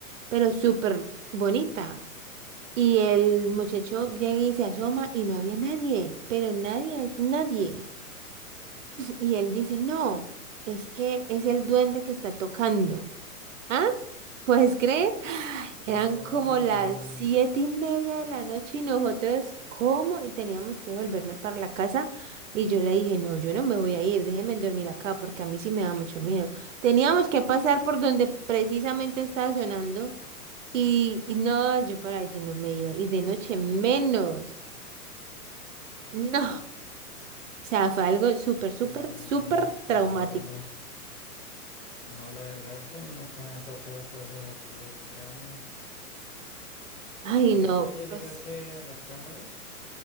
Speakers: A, on the right; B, on the left.
A: pero súper bonita. Y el muchacho llega y se asoma y no había nadie, pero nadie es nadie. Y él dice, no, es que es el duende que está tocando. ¿Ah? ¿Puedes creer?
B: No,
A: Eran como las
B: no, n-
A: siete y media de la noche y nosotros, ¿cómo? Y teníamos que volvernos para la casa. Y yo le dije, no, yo no me voy a ir, déjenme dormir acá porque a mí sí me da mucho miedo. Teníamos que pasar por donde precisamente estaba sonando y, y no, yo por allí no me iba. Y de noche menos. No. O sea, fue algo súper,
B: no,
A: súper, súper
B: qué
A: traumático.
B: vaina. No, la verdad es que a mí nunca me han pasado cosas así extrañas.
A: Ay,
B: ¿Qué
A: no,
B: pasó? ¿Ya llegaste
A: pues.
B: a las cámaras?